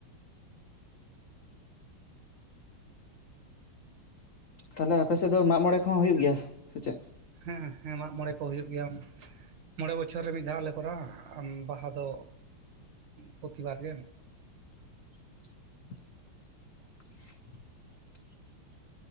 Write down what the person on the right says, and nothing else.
ᱦᱮᱸ ᱦᱮᱸ ᱢᱟᱜ ᱢᱚᱬᱮ ᱠᱚ ᱦᱩᱭᱩᱜ ᱜᱮᱭᱟ ᱢᱚᱬᱮ ᱵᱚᱪᱷᱚᱨ ᱨᱮ ᱢᱤᱫ ᱫᱷᱟᱣᱞ ᱞᱮ ᱠᱚᱨᱟᱣᱟ ᱵᱟᱦᱟ ᱫᱚ ᱯᱨᱚᱛᱤᱵᱟᱨ ᱜᱮ